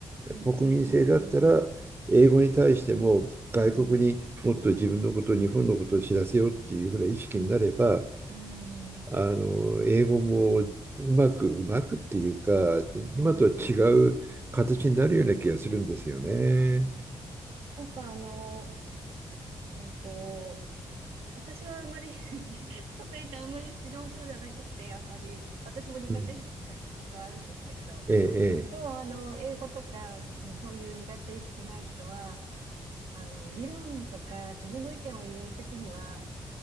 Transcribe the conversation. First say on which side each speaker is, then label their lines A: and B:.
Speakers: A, on the right (about 85°); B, on the right (about 25°).
A: うん。
B: 国民性だったら、英語に対しても外国にもっと自分のこと、
A: うん。
B: 日本のことを知らせようっていうふうな意識になれば、
A: うーん、う
B: あの英語もうまく、うまくっていうか、
A: ーん。
B: 今とは違う形になるような気がするんですよね。
A: うんなんかあの、えっと、私はあんまり <laughs> とか言ってあんまり上手じゃなくて、あんまり、私も苦手意識が実はあるんですけれど、
B: うん、ええ、
A: もうあの、
B: え
A: 英語とかにそういう苦手意識ない人は、あの、議論とか自分の意見を言うときには、